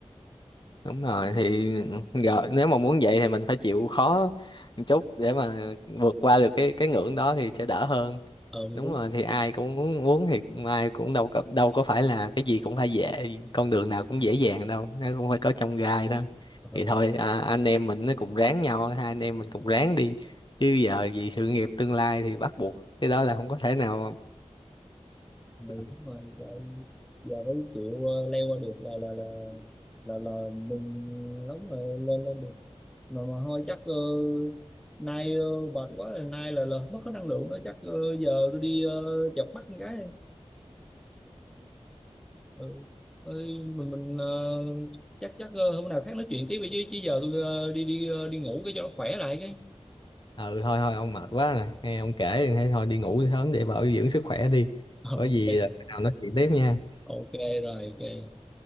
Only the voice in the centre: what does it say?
ờ thì
đúng
ờ ừ,
đúng
rồi Tại giờ mới chịu ờ, leo qua được là là là là là mừng lắm rồi lên lên được mà mà thôi chắc ờ, nay ờ, mệt quá rồi nay là là mất hết năng lượng đó chắc ờ, giờ tôi đi ờ, chợp mắt con gái đi ừ. Ơi, mình mình ờ, chắc chắc ờ, hôm nào khác nói chuyện tiếp đi chứ chứ giờ tôi ờ, đi đi ờ, đi ngủ cái cho nó khỏe lại cái
<laughs> Ờ,
ok
ok rồi ok